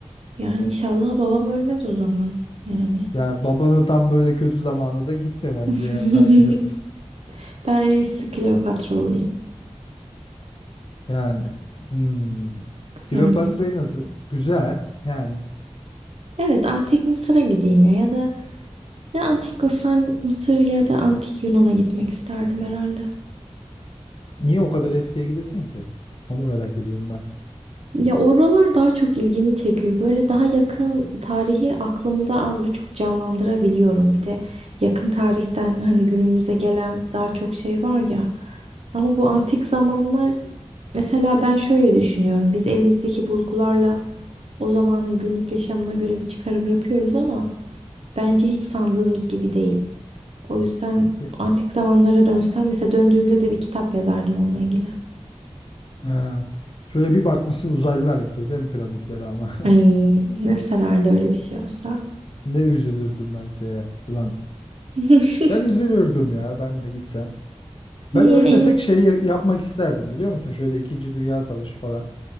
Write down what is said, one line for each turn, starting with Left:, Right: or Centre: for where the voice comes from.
Right: Yani inşallah babam ölmez o zaman. Yani.
Left: Yani babanın tam böyle kötü zamanı da gitme bence
Right: <laughs>
Left: yani tatile.
Right: Ben en iyisi Kleopatra olayım.
Left: Yani. Hmm. Kleopatra'yı
Right: Yani.
Left: nasıl? Güzel. Yani.
Right: Evet, Antik Mısır'a gideyim ya ya da Ya antik Mısır ya da antik Yunan'a gitmek isterdim herhalde.
Left: Niye o kadar eskiye gidesin ki? Onu merak ediyorum ben.
Right: Ya oralar daha çok ilgimi çekiyor. Böyle daha yakın tarihi aklımda az buçuk canlandırabiliyorum. Bir de yakın tarihten hani günümüze gelen daha çok şey var ya. Ama bu antik zamanlar mesela ben şöyle düşünüyorum. Biz elimizdeki bulgularla o zamanın günlük yaşamına göre bir çıkarım yapıyoruz ama bence hiç sandığımız gibi değil. O yüzden
Left: Bir-
Right: antik zamanlara dönsem mesela döndüğümde de bir kitap yazardım onunla ilgili.
Left: Ha. Şöyle bir bakmışsın uzaylılar yapıyor değil mi piramitleri ama. <laughs>
Right: Ay ne sarardı öyle bir şey olsa.
Left: Ne üzülürdüm bence ya. Ulan
Right: <laughs>
Left: ben üzülürdüm ya ben de gitsem. Ben
Right: Niye
Left: ölmesek
Right: iyi?
Left: şeyi yapmak isterdim biliyor musun? Şöyle İkinci Dünya Savaşı falan.